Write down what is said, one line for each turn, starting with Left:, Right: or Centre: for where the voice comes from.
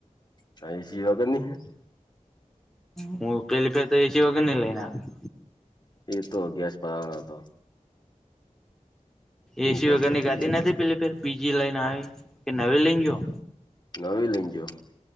Left: હ એસી વગરની હે.
Centre: હું પેલી પે તો એસી વગર નહી લઈને આવ્યો.
Left: એતો ગેસ પવાનો હતો.
Centre: એસી
Left: ગેસ
Centre: વગેરની
Left: પતી
Centre: ગાી
Left: ગયો
Centre: ના હતી પેે પી. બીજી લાઈન આવી કે નવે લિ ગયો
Left: નવી લઈનજો